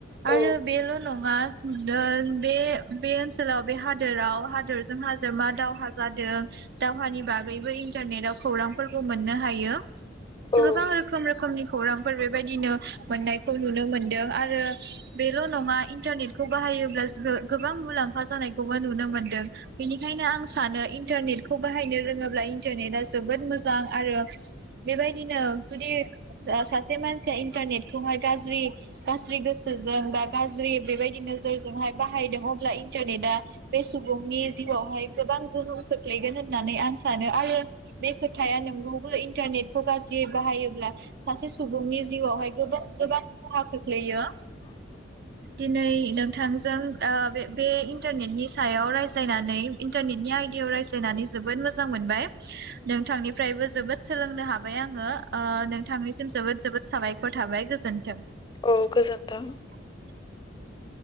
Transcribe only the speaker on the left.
औ
औ
औ गोजोथों